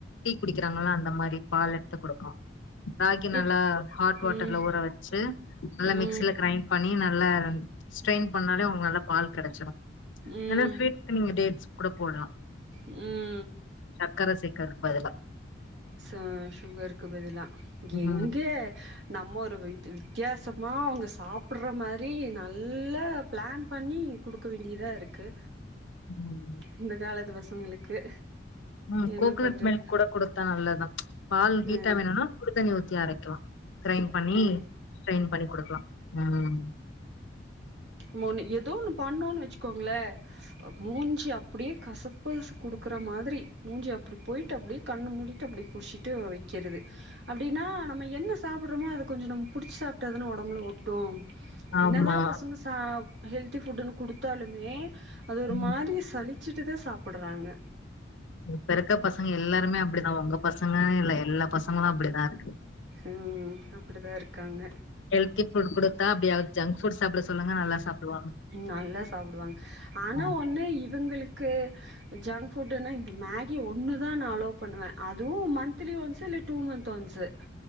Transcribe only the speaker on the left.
டீ குடிக்கிறாங்கள அந்த மாரி பால் எடுத்து குடுக்லா ராகி
நல்லா ஹாட் வாட்டர்ல்ல
ஊற வச் ச்சு நல்லா
மிக்சில கிரைண்ட் பண்ணி நல்லா ஸ்ட்ரெயின் பண்ணாலே உங்களுக்கு நல்லா பால் கெடச்சிரு
ஆனா ஸ்வீட்கு நீங்க டேட்ஸ் கூட போட்லா
சர்க்கர சேக்குறதுக்கு பதிலா
ம்
ம்
ம்
கோக்கனட்
மில்க் கூட குடு தா நல்லதுதா பால் ஹீட்டா
வேணுனா சுடு தண்ணி ஊத்தி அரைக்லா கிரைண்ட் பண்ணி
ஸ்ட்ரெயின் பண்ணி குடுக்லா ம்
ஆமா
ம்
இப்ப இருக்க பசங்க எல்லாருமே அப்டிதா உங்க பசங்க இல்ல எல்லா பசங்களு அப்டிதா இருக்கு
ஹெல்தி ஃபுட் குடுத்தா அப்டியாது ஜங்க்ஃபுட் சாப்ட சொல்லுங்க நல்லா சாப்டுவாங்க
ம்